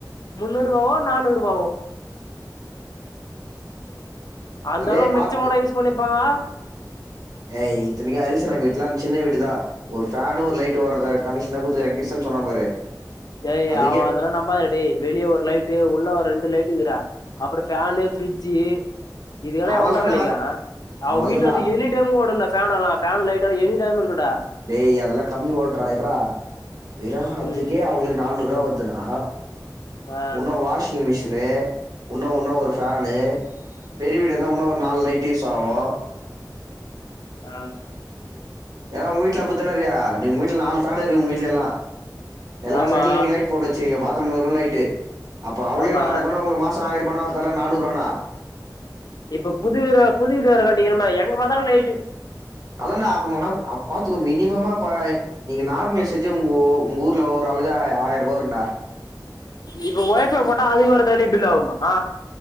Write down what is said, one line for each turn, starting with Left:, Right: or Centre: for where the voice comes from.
Left: முன்னூற் ரூபாவோ நானூற் ரூபாவோ அந்த
Right: டேய்
Left: அளவு மிச்சமாடா
Right: பாத்து
Left: யூஸ் பண்ணிப்பாங்க
Right: ஏய் இத்தனைக்கு அரிசுனா வீட்லா சின்ன வீடுதா ஒரு ஃபேனு ஒரு லைட்டு ஓட்றத கண்டிஷனா குட்த்துறே கிஃப்ட்ஸுன்னு சொன்னா பாரு
Left: ஏய்
Right: அதுக்கே
Left: அவ அதெல்லா நம்பாதடா டேய் வெளிய ஒரு லைட்டு உள்ள ஒரு ரெண்டு லைட்டு இருக்துடா அப்றோ ஃபேனு ஃப்ரிட்ஜு இதுகெல்லா
Right: அவள்
Left: எவன்டா
Right: தானே
Left: வெலிகா அவ
Right: அவள்
Left: வீட்டுல
Right: தானா
Left: இருந்து எனி டைமு ஓடுன்டா ஃபேனலா ஃபேனு லைட்டு எனி டைமு இருக்குன்டா
Right: டேய் அதெல்லா கம்மி ஓல்டுறா இர்ரா விரா
Left: ம்
Right: அதுக்கே அவுங்ளுக்கு நானூற் ரூபா வருத் துனா
Left: ஆ
Right: உன்னு வாஷிங் மிஷின் னு இன்னு ஒன்னு ஒரு ஃபேனு பெரிய வீடா இருந்தா இன்னு ஒரு நால் லைட்டு யூசாவு
Left: ஆ
Right: ஏனா உங்க வீட்ல அப்பித்தான இருக்க நீங் உங்க வீட்ல நாலு ஃபேனு இருக்கு உங்க வீட்ல எல்லா எல்லா
Left: ஆமா
Right: சைட்லயு நீங் லைட் போட் வச்சி இங்க பாத்ரூம் போம்போது லைட்டு அப்ப அவுங்ளுக்கே
Left: ஆமா
Right: நாலாயிர் ரூபான்னா உங்களுக்கு மாசோ ஆயிரோ ரூபான்ன வரத்தேவல்ல நானூற் ரூபான்ன
Left: இப்ப புது வீர புது வீடு வேற கட்டிங்கிறோமா எங்க பாத்தாலு லைட்டு
Right: அதான்டா அப்பமா அப் பாத்துக்கோ மினிமமா அப்ப நீங்க நார்மலி செச்சு உங்க உங்க ஊர்ல ஒரு ஆளுகா ஆயிர் ரூபா வருன்டா
Left: இப்ப ஒய்ஃபை போட்டா அதுக்கு வேற தனி பில் ஆவுமா